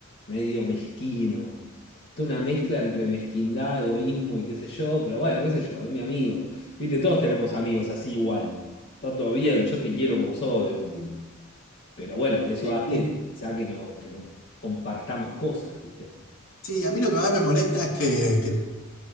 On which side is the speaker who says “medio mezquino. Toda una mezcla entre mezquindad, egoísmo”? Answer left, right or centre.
Left